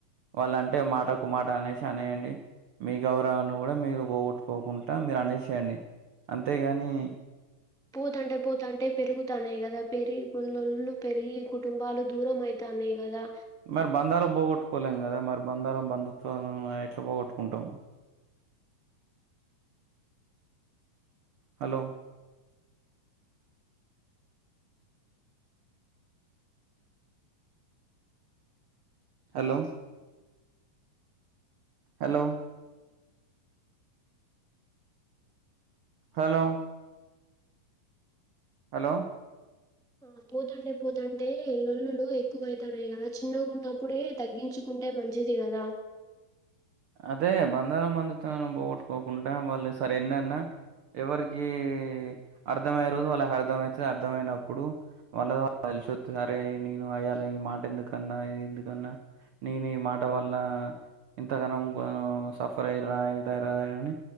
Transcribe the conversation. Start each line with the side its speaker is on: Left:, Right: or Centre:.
Right: వాళ్ళంటే మాటకు మాట అనేసి అనేయండి మీ గౌరవాన్ని గూడా మీరు పోగొట్టుకోకుంటా మీరు అనేసేయండి అంతేగాని
Centre: పోతాంటే పోతాంటే పెరుగుతాన్నాయి గదా పెరిగి పుల్లోల్లు పెరిగి కుటుంబాలు దూరం అయి తాన్నాయ్ గదా
Right: మరి బందారం పోగొట్టుకోలేం కదా మరి బందారం బంధుత్వాలు ఆ ఎట్లా పోగొట్టుకుంటాం hello hello hello hello hello
Centre: ఆ పోతాంటే పోతాంటే లొల్లులు ఎక్కువైతన్నాయ్ గదా చిన్నగా ఉన్నప్పుడే తగ్గించు కుంటే మంచిది కదా
Right: అదే బందారం బందుత్వాలని పోగొట్టుకోకుండా వాళ్ళు సరే ఎన్నన్నా ఎవరికి అర్థమయ్యే రోజు వాళ్ళకి అర్థమయితది అర్థమయినప్పుడు వాళ్ళది వాళ్ళకి తెలిసొత్తది అరే నేను అయ్యాల ఈ మాట ఎందుకన్నా ఇది ఎందుకన్నా నేనీ మాట వల్ల ఎంతగనం గాను సఫర్ అయిరా ఇదైరా అని